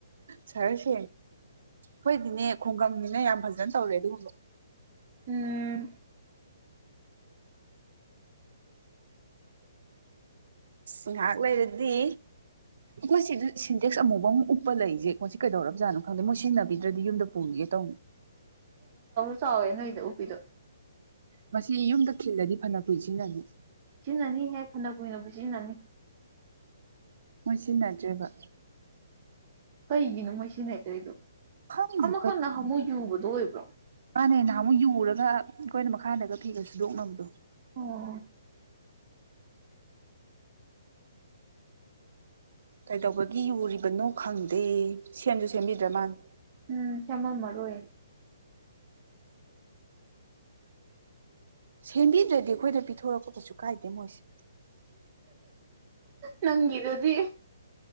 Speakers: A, on the right; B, on the right.
A: ꯆꯔꯁꯦ ꯍꯣꯏꯗꯤꯅꯦ ꯈꯨꯡꯒꯪꯅꯤꯅ ꯌꯥꯝ ꯐꯖꯅ ꯇꯧꯔꯦ ꯑꯗꯨꯒꯨꯝꯕ
B: ꯎꯝ
A: ꯑ ꯉꯥꯛꯂ ꯏꯔꯗꯤꯗꯤ ꯃꯣꯏ ꯁꯤꯗ ꯁꯤꯟꯇꯦꯛꯁ ꯑꯃꯨꯐ ꯑ ꯑꯃꯨ ꯎꯞꯄ ꯂꯩꯁꯦꯀꯣꯏ ꯁꯤ ꯀꯩꯗꯧꯔꯕꯖꯥꯅꯣ ꯈꯪꯗꯦ ꯃꯣꯏ ꯁꯤꯖꯤꯟꯅꯕꯤꯗ꯭ꯔꯗꯤ ꯌꯨꯝꯗ ꯄꯨꯒ ꯇ
B: ꯁꯥꯎꯦꯅꯣ ꯏꯗ ꯎꯄꯗꯨ
A: ꯃꯁꯤ ꯌꯨꯝꯗ ꯈꯤꯜꯂꯗꯤ ꯐꯅ ꯀꯨꯏꯁꯤꯟꯅꯅꯤ
B: ꯁꯤꯖꯤꯟꯅꯅꯤ ꯍꯦꯛ ꯈꯟꯅ ꯀꯨꯏꯅꯕ ꯁꯤꯖꯤꯟꯅꯅꯤ
A: ꯃꯣꯏ ꯁꯤꯖꯤꯟꯅꯗ꯭ꯔꯦꯕ
B: ꯀꯩꯒꯤꯅꯣ ꯃꯣꯏ ꯁꯤꯟꯅꯗꯣꯏꯗ
A: ꯈꯪꯗꯦ
B: ꯑꯃꯈꯛꯅ ꯑꯃꯨꯛ ꯌꯨꯕꯗꯣ ꯑꯣꯏꯕ꯭ꯔꯣ
A: ꯃꯥꯅꯦ ꯅꯍꯥꯟꯃꯨꯛ ꯌꯨꯔꯒ ꯑꯩꯈꯣꯏꯅ ꯃꯈꯥꯗꯒ ꯐꯤꯒ ꯁꯨꯗꯣꯛꯅꯕꯗꯣ
B: ꯑꯣ
A: ꯀꯩꯗꯧꯕꯒꯤ ꯌꯨꯔꯤꯕꯅꯣ ꯈꯪꯗꯦ ꯁꯦꯝꯁꯨ ꯁꯦꯝꯕꯤꯗ꯭ꯔ ꯃꯥꯅꯤ
B: ꯎꯝ ꯁꯦꯝꯃꯜ ꯃꯔꯔꯨꯏ
A: ꯁꯦꯝꯕꯤꯗ꯭ꯔꯗꯤ ꯑꯩꯈꯣꯏꯗ ꯄꯤꯊꯣꯔꯛꯄ ꯀꯩꯁꯨ ꯀꯥꯏꯗꯦ ꯃꯣꯏꯁꯦ
B: ꯅꯪꯒꯗꯗꯤ